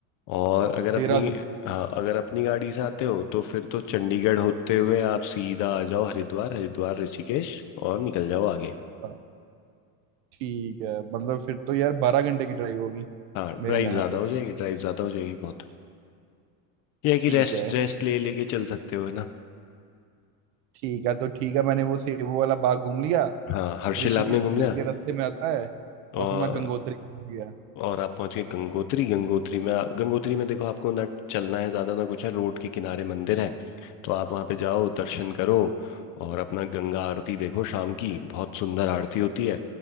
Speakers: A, on the left; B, on the right.
A: और अगर
B: देहरादून
A: अपनी हाँ अगर अपनी गाड़ी से आते हो तो फिर तो चंडीगढ़ होते हुए आप सीधा आ जाओ हरिद्वार हरिद्वार ऋषिकेश और निकल जाओ आगे
B: हाँ, ठीक है मतलब फिर तो यार बारह घंटे की ड्राइव होगी
A: हाँ
B: मेरे
A: ड्राइव
B: यहाँ
A: ज़्यादा
B: से
A: हो जाएगी ड्राइव ज़्यादा हो जाएगी बहुत यह है कि
B: ठीक
A: रेस्ट
B: है
A: रेस्ट ले लेके चल सकते हो है ना
B: ठीक है तो ठीक है मैंने वो सेबू वाला बाग घूम लिया
A: हाँ हर्षिल
B: ऋषिकेश
A: आपने घूम
B: से
A: लिया
B: चल के रास्ते में आता है
A: और
B: और फिर मैं गंगोत्री पहुंच गया
A: और आप पहुंच गए गंगोत्री गंगोत्री में आप- गंगोत्री में देखो आपको ना चलना है ज्यादा ना कुछ है रोड के किनारे मंदिर है तो आप वहां पे जाओ दर्शन करो और अपना गंगा आरती देखो शाम की बहुत सुंदर आरती होती है